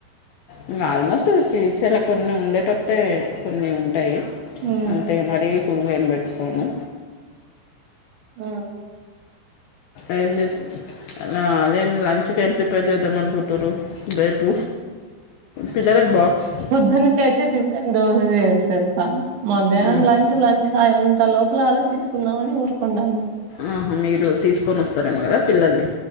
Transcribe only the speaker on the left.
ఇంకా ఆల్మోస్ట్ ఫ్యూచర్లా కొన్ని ఉండేటట్టు అట్టే కొన్ని ఉంటాయి
అంతే మరి ఫున్గేమ్ పెట్కోను
ఏంలేదు అలా అదేం లంచ్ జేలిప్ ప్రీపేర్ చేద్దామలుకుంటూరు రేపు పిల్లలకు బాక్స్
ఉమ్,
ఆహా మీరు తీసుకొని వస్తారేమో కదా పిల్లల్ని